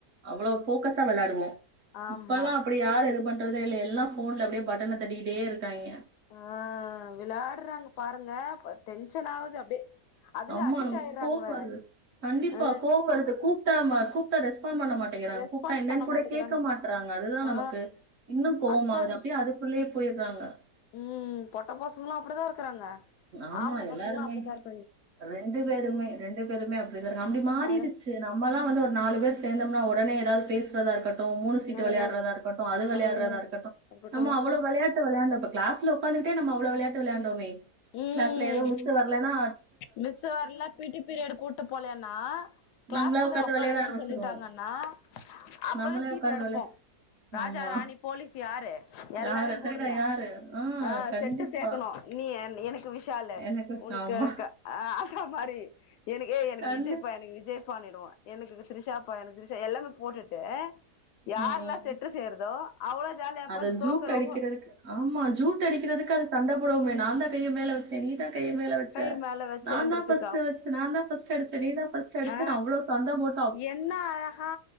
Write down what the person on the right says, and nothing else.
அவ்ளோ ஃபோக்கஸா விளையாடுவோ
இப்பெல்லா அப்படி யாரு இது பண் றதே இல்ல எல்லா போன்ல அப்படியே பட்டன் தட்டிகிட்டே இருக்காங்க
ஆம்மா
நமக்கு
கோவ்ம்
வருது கண்டிப்பா
கோவ்ம் வருது கூப்ட்டா மா கூப்ட்டா ரெஸ்பாண்ட் பண்ண மாட் டேங்றாங்
கூப்ட என்னன்னு
கூட
கேட்க மாட்டறாங்க அதுதா
நமக்கு இன்னூ கோவமாகுது
அப்படியே அதுக்குள்ளயே போயிட்றாங்க
ஆமா
எல்லாருமே
ரெண்டு பேருமே ரெண்டு பேருமே அப்டி தா இருங்க அப்டி மாறிடுச்சு
நம்மல்லா வந்து ஒரு நாலு பேர் செந்தோம்னா உடனே ஏதாவது பேசுறதா இருக்கட் இருக்கட்டும் மூணு சீட்டு
விளையாறதா இருக்கட்டும் அது விளையாடுறதா
இருக்கட்டும்
நம்ம அவ்ளோ விளையாட்டு விளையான்டப்ப கிளஸ்ல உக்காந்துகிட்டே நம்ம அவ்ளோ விளையாட்டு வேளாண்டோமே
கிளாஸ்ல ஏதோ மிஸ் வரல்லேனா
நம்மளா உட்காந்து
விளையாட ஆரம்பிச்சிருவோம்
நம்மளே
உக்காந்து
வெள
ஆமா
யாரு திருட
யாரு
கண்டிப்பா
எனக்கு ச-
ஆமா
கண்ணு
ம்
அத
ஜூட்
அடிக்கிறதுக்கு ஆமா ஜூட் அடிக்கிறதுக்கு அது சண்ட போடுவோமே நா தா கைய மேல வச்ச நீ தா கைய மேல வச் ச
நா தா ஃபர்ஸ்ட் வச்ச நா தா ஃபர்ஸ்ட் அடிச்ச நீ தா ஃபர்ஸ்ட் அடிச்ச
அவ்ளோ சண்ட போட்